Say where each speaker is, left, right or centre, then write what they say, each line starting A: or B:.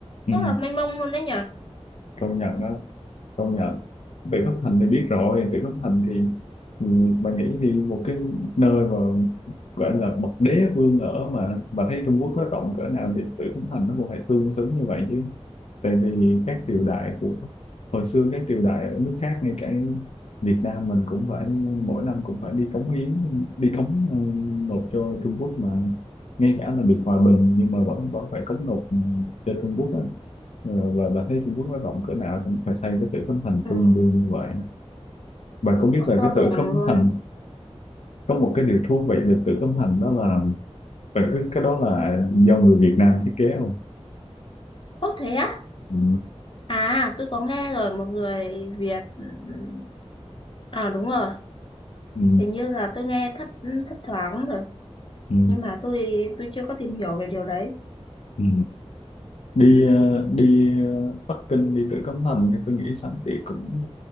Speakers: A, on the left; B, on the left.
A: ừ.
B: rất là mênh mông luôn đấy nhờ
A: công nhận đó công nhận Vịnh Phúc Thành thì biết rồi Vịnh Phúc Thành thì ừ, bạn nghĩ đi một cái nơi mà gọi là bậc đế vương ở mà mà thấy Trung Quốc nó rộng cỡ nào thì Vịnh Phúc Thành nó cũng phải tương xứng như vậy chứ tại vì các
B: Ừ.
A: triều đại của hồi xưa các triều đại ở nước khác ngay cả Việt Nam mình cũng phải mỗi năm cũng phải đi cống hiến đi cống ờ, nộp cho Trung Quốc mà ngay cả là được hòa bình nhưng mà vẫn vẫn phải cống nộp cho Trung Quốc á. Ờ, và bà thấy Trung Quốc nó rộng cỡ nào thì phải xây cái Tử Cấm Thành
B: ừ,
A: tương đương như vậy bạn có biết
B: nó
A: là
B: to
A: cái
B: đùng
A: Tử Cấm
B: luôn
A: Thành có một cái điều thú vị về Tử Cấm Thành đó là bạn biết cái đó là do người Việt Nam thiết kế không
B: ố thế á
A: ừ,
B: à tôi có nghe rồi một người Việt ừ, ừ. à đúng rồi
A: ừ,
B: hình như là tôi nghe thấp thấp thoáng rồi
A: ừ,
B: nhưng mà tôi tôi chưa có tìm hiểu về điều đấy
A: ừ. đi ờ, đi ờ, Bắc Kinh đi Tử Cấm Thành thì tôi nghĩ sẵn thì cũng